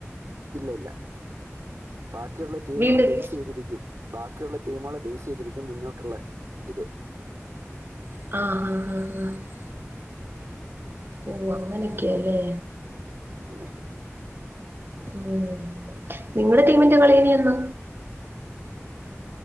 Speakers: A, on the right; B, on the right.
A: ഇല്ല ഇല്ല ബാക്കിയുള്ള ടീമുകളെ
B: വീണ്ടും
A: ബേസ് ചെയ്തിരിക്കും ബാക്കിയുള്ള ടീമുകളെ ബേസ് ചെയ്തിരിക്കും മുന്നോട്ടുള്ള ഇത്
B: ആഹ് ആഹ് ആഹ ആഹ് ഓഹ് അങ്ങനൊക്കെയാല്ലേ
A: പിന്നെ
B: ഉ നിങ്ങടെ ടീമിൻറെ കളിയിനിയെന്നാ